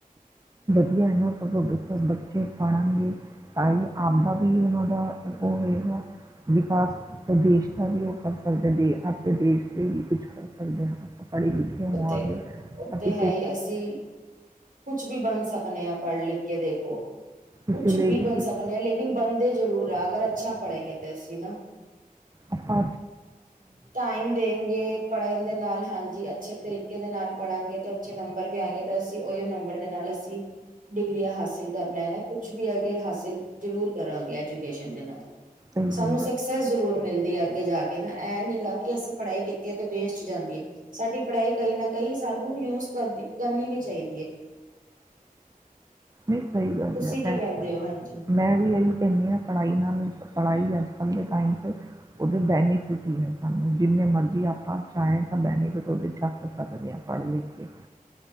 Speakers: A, on the right; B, on the right.
A: ਯੇ ਹੈ ਨਾ ਸਗੋਂ ਦੇਖੋ ਬੱਚੇ ਪੜ੍ਹਨਗੇ ਤਾਂ ਈ ਆਪਦਾ ਵੀ ਉਹਨਾਂ ਦਾ ਉਹ ਹੋਏਗਾ ਵਿਕਾਸ ਤੇ ਦੇਸ਼ ਦਾ ਵੀ ਉਹ ਕਰ ਸਕ ਦੇਂਦੀ ਏ। ਆਪਣੇ ਦੇਸ਼ ਤੇ ਵੀ ਕੁਛ ਕਰ ਸਕਦੇ ਹਾਂ ਆ। ਪੜੀ ਲਿਖੇ ਹੋਵਾਂਗੇ
B: ਉਤੇ ਉੱਤੇ
A: ਅਸੀ।
B: ਹੈ ਈ ਅਸੀਂ। ਕੁਛ ਵੀ ਬਣ ਸਕਨੇ ਆਂ ਪੜ੍ਹ ਲਿਖ ਕੇ ਦੇਖੋ। ਕੁਛ
A: ਕਿਸੇ ਲਈ
B: ਬੀ
A: ਵੀ
B: ਬਣ ਸਕਣੇ
A: ਕੁਛ ਇਹ
B: ਆ ਲੇਕਿਨ ਬੰਦੇ ਜਰੂਰ ਆ ਅਗਰ
A: ਪਰ
B: ਅੱਛਾ ਪੜੇਗੇ
A: ਨਹੀਂ ਕਰ ਸਕਦੇ।
B: ਤੇ ਅਸੀਂ ਨਾ।
A: ਆਪਾਂ
B: ਟਾਈਮ ਦੇਗੇ, ਪੜ੍ਹਨ ਦੇ ਨਾਲ, ਹਾਂਜੀ ਅੱਛੇ ਤਰੀ ਕੇਦੇ ਨਾਲ ਪੜਾਂਗੇ ਤੇ ਅੱਛੇ ਨੰਬਰ ਵੀ ਆਏਂਗੇ ਤੇ ਅਸ ਤੇ ਓਈਓ ਨੰਬਰ ਦੇ ਨਾਲ ਅਸੀਂ ਡਿਗਰੀਆਂ ਹਾਸਿਲ ਕਰਨਾ ਹੈ। ਕੁਛ ਵੀ ਅਗੇ ਹਾਸਿਲ ਜ਼ਰੂਰ ਕਰਾਂਗੇ ਐਜੂਕੇਸ਼ਨ ਦੇ ਨਾਲ।
A: ਸਹੀ
B: ਸਾਨੂੰ
A: ਗੱਲ ਹੈ
B: ਸਕਸੈਸ ਜ਼ਰੂਰ ਮਿਲਦੀ ਹੈ ਅੱਗੇ ਜਾ ਕੇ ਨਾ ਇਹ ਨੀ ਗਾ ਕਿ ਅਸੀਂ ਪੜ੍ਹਾਈ ਕੀਤ ਏ ਤੇ ਵੇਸਟ ਜਾਂਦੀ ਐ। ਸਾਡੀ ਪੜ੍ਹਾਈ ਕਈ ਨਾ ਕਈ ਸਾਨੂੰ ਯੂਜ ਕਰਦੀ ਕਰਨੀ ਵੀ ਚਾਹੀ
A: ਨਹੀਂ ਸਹੀ ਗੱਲ
B: ਤੁਸੀਂ
A: ਹੈ,
B: ਕੀ ਕਹਿੰਦੇ ਹੋ ਹਾਂਜੀ
A: ਮੈਂ ਵੀ ਏਹੀ ਕੈਣੀ ਆ ਪੜ੍ਹਾਈ ਨਾਲ ਪੜ੍ਹਾਈ ਅੱਜ ਕੱਲ੍ਹ ਦੇ ਟਾਈਮ ਚ ਔਦੇ ਬੈਨੀਫਿਟ ਈ ਹੈ ਸਾਨੂੰ। ਜਿੰਨੇ ਮਰਜ਼ੀ ਆਪਾਂ ਚਾਏਂ ਤਾਂ ਬੈਨੀਫਿਟ ਔਦੇ ਚੱਕ ਸਕਦੇ ਆਂ। ਪੜ੍ਹ ਲਿਖ ਕੇ।